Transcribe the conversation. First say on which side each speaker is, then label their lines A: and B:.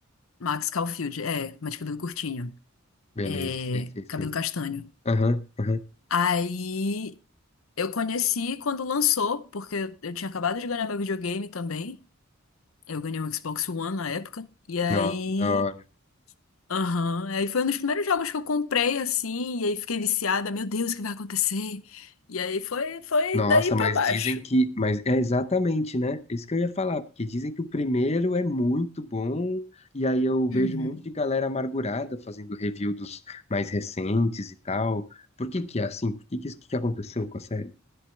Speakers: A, on the left; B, on the left.
A: Max Caulfield, é, mas de cabelo curtinho,
B: beleza,
A: é,
B: sei, sei, sei,
A: cabelo castanho.
B: aham, aham,
A: Aí eu conheci quando lançou, porque eu tinha acabado de ganhar meu videogame também. Eu ganhei um Xbox One na época. E aí
B: Nossa, da hora.
A: Aham, Aí foi um dos primeiros jogos que eu comprei, assim, e aí fiquei viciada, meu Deus, o que vai acontecer? E aí foi, foi
B: Nossa,
A: daí pra
B: mas
A: baixo.
B: dizem que. Mas é exatamente, né? Isso que eu ia falar, porque dizem que o primeiro é muito bom, e aí eu vejo
A: Uhum.
B: um monte de galera amargurada fazendo review dos mais recentes e tal. Por que que é assim? Por que que isso que que aconteceu com a série?